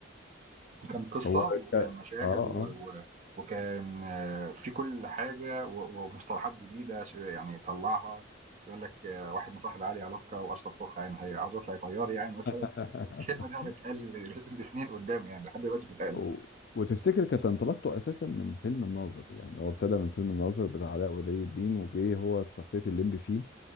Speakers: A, on the right (about 35°); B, on the left (about 55°).
A: وكان قصة
B: هو
A: وكان
B: <laughs> ك- اه
A: مشاهد
B: اه
A: و و وكان آه، في كل حاجة و ومصطلحات جديدة ش يعني طلّعها، يقول لك آه، واحد مصاحب علي علوكة وأشرف كوخ عين هي عاوز يطلع طيار يعني مثلًا،
B: <laughs>
A: الكلمة دي هتتقال <laughs> لسنين قدّام يعني لحد دلوقتي بتتقال.
B: و- وتفتكر كانت انطلاقته اساسا من فيلم الناظر يعني هو ابتدى من فيلم الناظر بتاع علاء ولي الدين وجه هو بشخصيه الليمبي فيه